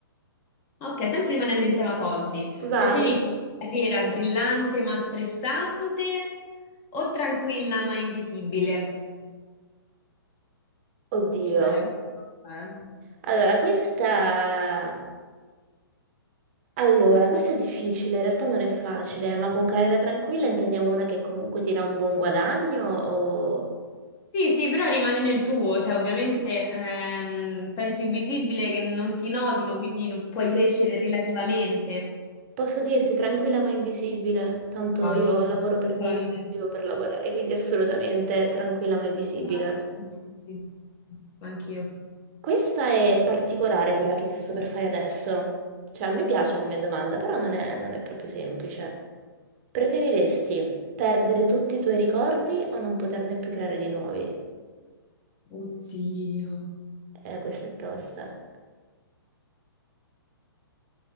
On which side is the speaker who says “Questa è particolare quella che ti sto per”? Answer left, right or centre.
Right